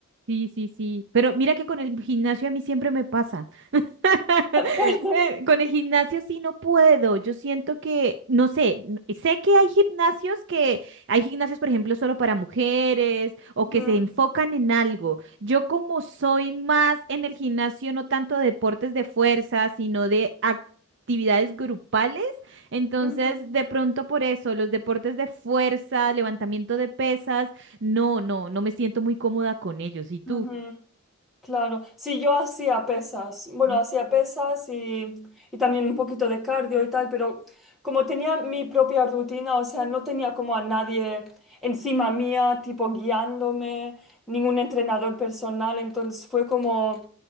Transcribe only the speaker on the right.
Sí, sí, sí. Pero mira que con el gimnasio a mí siempre me pasa. <laughs>
Eh, Con el gimnasio sí no puedo. Yo siento que, no sé, n- sé que hay gimnasios que, hay gimnasios, por ejemplo, solo para mujeres o
que se enfocan en algo. Yo como soy más en el gimnasio, no tanto de deportes de fuerza, sino de actividades grupales, entonces
de pronto por eso, los deportes de fuerza, levantamiento de pesas, no, no, no me siento muy cómoda con ellos. ¿Y tú?
Mm,